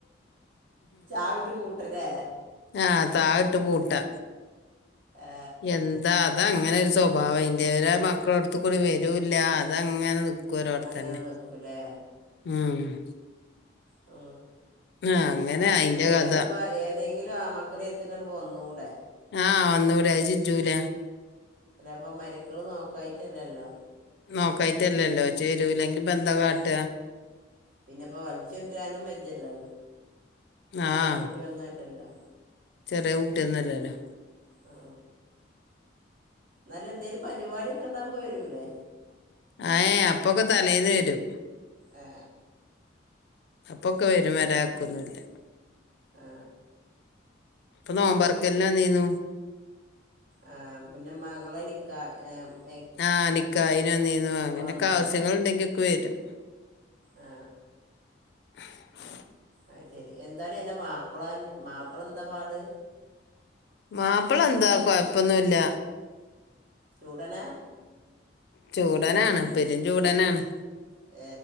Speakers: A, on the right (about 45°); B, on the left (about 60°).
A: ചാവിട്ട് പൂ ട്ട്ല്ലേ
B: ആഹ് താഴിട്ട് പൂട്ടാ
A: ഏ,
B: എന്താ അതാ അങ്ങനൊരു സ്വഭാവം ഇന്റെരാ മക്കള അടുത്ത് കൂടി വരൂല്ല അതങ്ങനെ നി കോരോർത്തന്നെ
A: അങ്ങനെ നിക്കൂലേ
B: മ്ഹ്
A: മ്
B: ആ, അങ്ങനെ
A: അ
B: അയിന്റെ
A: അല്ലെങ്കിലിപ്പ
B: കഥ
A: ഏതെങ്കിലും ആമ്മ മക്കള എര്ത്ത്ക്കാണ്ട് വന്നൂടെ
B: ആഹ് വന്നൂടെ അഅ് ചെജ്ജൂല
A: അല്ല അപ്പ മരക്കള് നോക്കായിട്ടല്ലല്ലോ
B: നോക്കായിട്ടല്ലല്ലോ ചേരൂല്ലെങ്കി പ്പ ന്താ കാട്ട
A: പിന്നെപ്പോ വൽച്ചൊണ്ടരാനും ബേജ്ജല്ലോ ചെറിയ
B: ആഹ്
A: കുട്ടി ഒന്നുംല്ലല്ലോ
B: ചെറിയ കുട്ടിയന്നല്ലല്ലോ
A: ആ ന്നാലും എന്തേലും പരിവാടിയൊക്കെ ഉണ്ടാമ്പോ വരൂല്ലേ
B: ഏ അപ്പൊക്കെ തലേന്ന് വരും
A: ആ
B: അപ്പൊക്കെ വരും വരാക്കൊന്നില്ല
A: ആ
B: ഇപ്പൊ നോമ്പർക്കൽന് വന്നീനു
A: ആ പിന്നെ മകളെ നിക്കാ ഏ
B: ആ നിക്കാഹിന് വന്നിനൂ അങ്ങനൊക്കെ
A: വന്നിട്ടുണ്ടാവും
B: ആവിസ്യങ്ങൾ ഉണ്ടെങ്കി ക്കെ വെരും.
A: ആ
B: <inaudible>
A: ആ ശെരി എന്താടി ആന്റെ മാപ്പിള മാപ്പിള എന്താ പാട്
B: മാപ്പിള എന്താ കൊഴപ്പൊന്നുല്ല
A: ചൂടനാ
B: ചൂടനാണ് പെരും ചൂടാനാണ്.
A: ഏ